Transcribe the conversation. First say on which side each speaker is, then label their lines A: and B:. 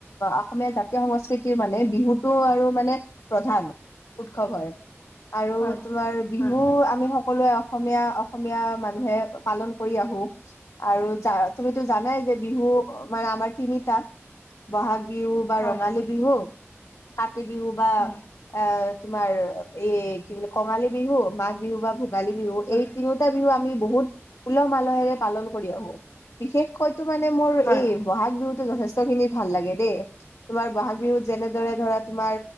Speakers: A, on the left; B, on the left.
A: অসমীয়া জাতীয় সংস্কৃতিৰ মান মানে বিহুতটো আৰু মানে প্ৰধান উৎসৱ হয় আৰু
B: হয়
A: তোমাৰ বিহু
B: হয়
A: আমি সকলোৱে অসমীয়া অসমীয়া মানুহে পালন কৰি আহো, আৰু য তুমিতো জানাই যে বিহু মানে আমাৰ তিনিটা ব'হাগ বিহু বা
B: হয়
A: ৰঙালী বিহু কাতি বিহু বা
B: হয়
A: অ তোমাৰ এই কি বুলি কঙালী বিহু মাঘ বিহু বা ভো ভোগালী বিহু
B: হয়
A: এই তিনিওটা বিহু আমি বহুত উলহ মালহেৰে পালন কৰি আহো, বিশেষকৈ ইটো মানে মোৰ
B: হয়
A: এই ব'হাগ বিহুতো যথেষ্ট খিনি ভাল লাগে দেই তোমাৰ ব'হাগ বিহুত যেনে দৰে ধৰা তোমাৰ